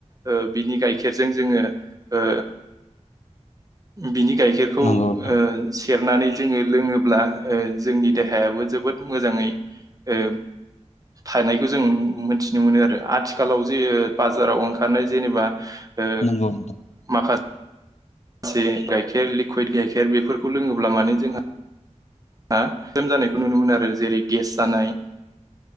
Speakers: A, on the right; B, on the left.
A: ओ बिनि गाइखेरजों जोङो ओ बिनि गाइखेरखौ
B: नंगौ नोंथां
A: ओ सेरनानै जोङो लोङोब्ला ओ जोंनि देहायाबो जोबोद मोजाङै ओ थानायखौ जों मोनथिनो मोनो आरो आथिखालाव जे बाजाराव ओंखारनाय जेनेबा ओ
B: नंगौ नोंथां
A: माखा माखासे गाइखेर लिकुइड गाइखेर बेफोरखौ लोङोब्ला माने जोंहा ह लोम जानायखौ नुनो मोनो आरो जेरै गेस जानाय